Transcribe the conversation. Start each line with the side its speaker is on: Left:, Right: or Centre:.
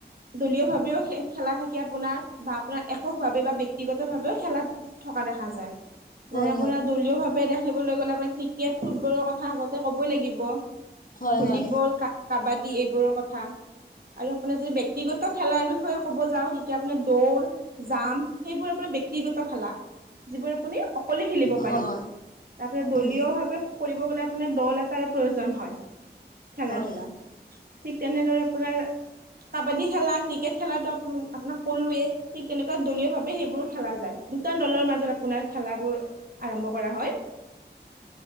Right: দলীয় ভাৱেও খেলা থাকে আপোনাৰ, বা আপোনাৰ একক ভাৱে বা ব্যক্তিগত ভাৱেও খেলাত থকা দেখা যায়।
Left: হয়
Right: যেনে আপোনাৰ দলীয় ভাৱে দে খেলিবলৈ গ'লে আপোনাৰ ক্ৰিকেট ফুটবলৰ কথা আগতে ক'বই লাগিব,
Left: হয় হয়
Right: ভলীবল
Left: হয়
Right: ক কাবাডী এইবোৰৰ কথা। আৰু আপোনাৰ যদি ব্যক্তিগত খেলাৰ বিষয়ে ক'ব যাওঁ, তেতিয়া আপোনাৰ দৌৰ জাম্প সেইবোৰ ব্যক্তিগত খেলা, যিবোৰ আপুনি অকলে খেলিব
Left: হয়
Right: পাৰি।
Left: হয়
Right: তাৰপিছত দলীয়
Left: উম
Right: ভাৱে খেলিব গলে আপোনাৰ দল এটাৰ প্ৰয়োজন হয়, খেলা
Left: হয়
Right: ধূলাত। ঠিক তেনেদৰে আপোনাৰ কাবাডী খেলা ক্ৰিকেট খেলাটো আপোনাক কলোৱেই। ঠিক তেনেকুৱা দলীয় ভাৱে সেইবোৰ খেলা যায়, দুটা দলৰ মাজত আপোনাৰ খেলাবোৰ আৰম্ভ কৰা হয়।